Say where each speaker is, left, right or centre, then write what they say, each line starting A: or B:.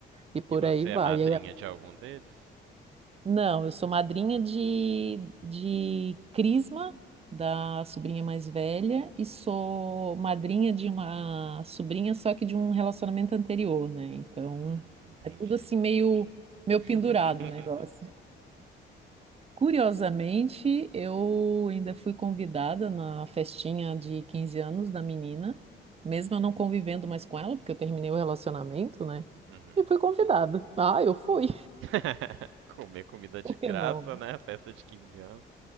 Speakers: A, on the right; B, on the right.
A: E
B: <laughs>
A: por
B: e você
A: aí vai.
B: é madrinha de algum deles?
A: Não, eu sou madrinha de, de Crisma, da sobrinha mais velha, e sou madrinha de uma sobrinha, só que de um relacionamento anterior, né? Então,
B: Hum, entendi.
A: é tudo assim meio, meio
B: <laughs>
A: pendurado o negócio. Curiosamente, eu ainda fui convidada na festinha de 15 anos da menina, mesmo eu não convivendo mais com ela, porque eu terminei o relacionamento, né?
B: Uhum.
A: E fui convidada. Ah, eu fui.
B: <laughs> Comer comida
A: <laughs>
B: de
A: Por
B: graça,
A: que não?
B: né? Festa de 15 anos.